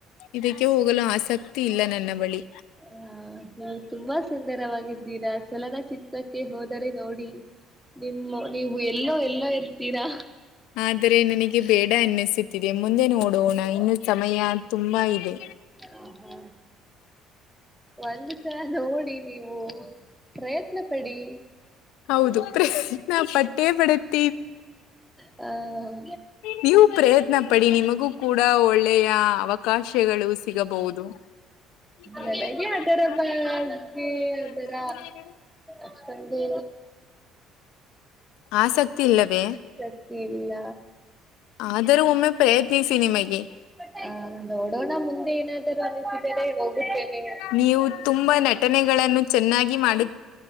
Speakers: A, on the left; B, in the centre.
A: ಇದಕ್ಕೆ ಹೋಗಲು ಆಸಕ್ತಿ ಇಲ್ಲ ನನ್ನ ಬಳಿ.
B: ಹ್ಮ ನಾ ತುಂಬಾ ಸುಂದರವಾಗಿದ್ದೀರಾ ಚಲನಚಿತ್ರಕ್ಕೆ ಹೋದರೆ ನೋಡಿ. ನಿಮ್ಮ ನೀವು ಎಲ್ಲೋ ಎಲ್ಲೋ ಇರ್ತೀರಾ.
A: ಆದ್ರೆ ನನಗೆ ಬೇಡ ಅನ್ನಿಸುತ್ತಿದೆ ಮುಂದೆ ನೋಡೋಣ ಇನ್ನು ಸಮಯ ತುಂಬಾ ಇದೆ.
B: ಹು ಹು ಒಂದು ಸಲ ನೋಡಿ ನೀವು ಪ್ರಯತ್ನ ಪಡಿ.
A: ಹೌದು ಪ್ರಯತ್ನಪಟ್ಟೆ.
B: <inaudible> ಹ
A: ನೀವು ಪ್ರಯತ್ನ ಪಡಿ ನಿಮಗೂ ಕೂಡ ಒಳ್ಳೆಯ. ಕಾಶೆಗಳು ಸಿಗಬಹುದು. <unintelligible>
B: ನನಗೆ ಅದರ ಬಗ್ಗೆ ಅದರ ಅಷ್ಟೊಂದು
A: ಆಸಕ್ತಿ ಇಲ್ಲವೇ.
B: ಆಸಕ್ತಿ ಇಲ್ಲ.
A: ಆದರೂ ಒಮ್ಮೆ ಪ್ರಯತ್ನಿಸಿ ನಿಮಗೆ.
B: ಹ ನೋಡೋಣ ಮುಂದೆ ಏನಾದರೂ ಅನಿಸಿದರೆ ಹೋಗುತ್ತೇನೆ.
A: ನೀವು ತುಂಬಾ ನಟನೆಗಳನ್ನು ಚೆನ್ನಾಗಿ ಮಾಡು.